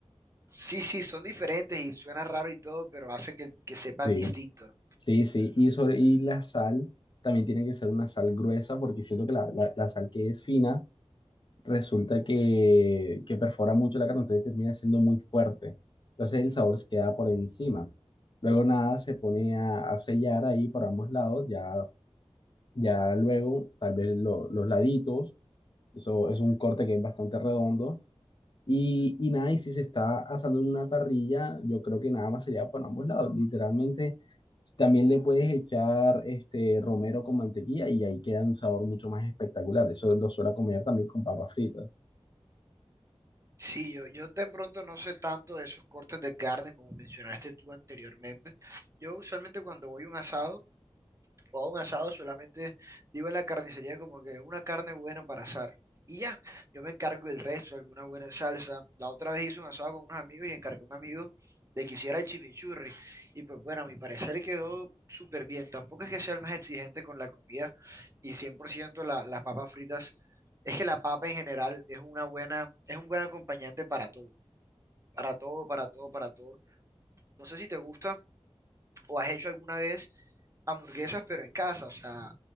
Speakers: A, on the right; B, on the left.
A: sí, sí, son diferentes y suena raro y todo, pero hace que, que sepan
B: Sí,
A: distinto.
B: sí, sí. Y, sobre, y la sal también tiene que ser una sal gruesa porque siento que la, la- la sal que es fina resulta que, que perfora mucho la carne, entonces termina siendo muy fuerte. Entonces el sabor se queda por encima. Luego nada, se pone a, a sellar ahí por ambos lados, ya Ya luego, tal vez lo- los laditos, eso es un corte que es bastante redondo. Y, y nada, y si se está asando en una parrilla, yo creo que nada más sería por ambos lados. Literalmente, también le puedes echar este romero con mantequilla y ahí queda un sabor mucho más espectacular. Eso lo suelo comer también con papas fritas.
A: Sí, yo, yo de pronto no sé tanto de esos cortes de carne como mencionaste tú anteriormente. Yo usualmente cuando voy a un asado, o a un asado solamente digo en la carnicería como que una carne buena para asar. Y ya, yo me encargo del resto, alguna buena salsa. La otra vez hice un asado con unos amigos y encargué a un amigo de que hiciera el chimichurri. Y pues bueno, a mi parecer quedó súper bien. Tampoco es que sea el más exigente con la comida y 100% la- las papas fritas. Es que la papa en general es una buena, es un buen acompañante para todo, para todo, para todo, para todo. No sé si te gusta o has hecho alguna vez hamburguesas, pero en casa, o sea,